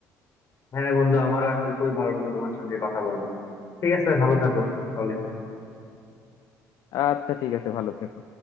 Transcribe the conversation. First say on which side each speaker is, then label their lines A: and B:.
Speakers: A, on the left; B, on the left.
A: হ্যাঁ বন্ধু আমার আসলে খুবই ভালো লাগলো তোমার সঙ্গে কথা বলে ঠিক আছে ভালো থাকো তাহলে
B: আচ্ছা ঠিক আছে ভালো থেকো